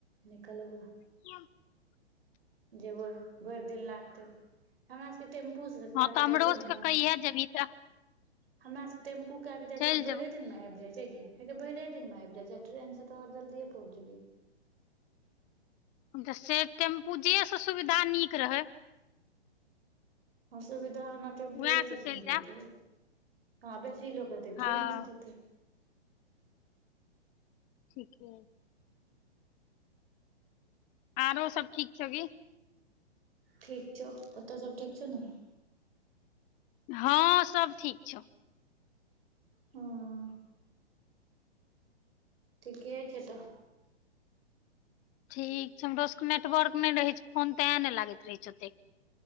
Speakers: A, on the right (about 60°); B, on the left (about 25°).
A: निकलबै।
B: ह <unintelligible>
A: जेबै भरि दिन लागतै। हमरा सबके टेम्पू से
B: हँ
A: कए
B: तऽ
A: कऽ
B: हमरो
A: जाइ छै
B: सबके
A: ने।
B: कहिया जेबही तऽ
A: हमरा सभके टेम्पू कए के जाइ
B: चलि
A: छियै तऽ भरिये
B: जेबै
A: दिनमे आबि जयइत छै। गे। हे भरिे दिनमे आबि जाइ टेनसँ तऽह जल्दीए पहुँचबी।
B: त से टेम्पू जे से सुविधा नीक रहे।
A: असविधा ने टेम्पूए
B: उएह
A: सबसँ
B: से चलि
A: नीकेतै
B: जायब
A: हँ बेसी लोक ए।
B: हँ
A: ट्रेन से जैतय।
B: ठीके छै। आरो सब ठीक छौ कि।
A: ठीक छौ ओतऽ सब ठीक छौ न।
B: हँ सब ठीक छौ।
A: हँ। ठीके छै तऽ।
B: ठीक छै हमरो सबके नेटवर्क नहि रहैत छै फोन ते ने लागैत रहैत छै ओतेक।